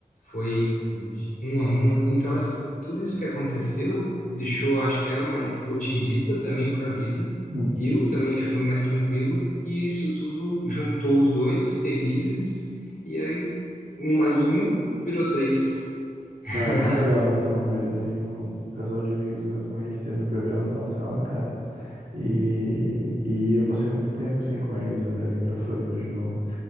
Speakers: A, on the left; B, on the right.
A: foi de um a um. Então, essa, tudo isso que aconteceu deixou, acho que ela mais otimista também para a vida.
B: Uhum.
A: Eu também fiquei mais tranquilo. E isso tudo juntou os dois felizes. E aí, um mais um virou três. <laughs>
B: Cara, que legal, então, velho. Eu tenho um casal de amigos meus também que teve um bebê ano passado, cara. E, e eu passei muito tempo assim com eles até vir pra Floripa de novo.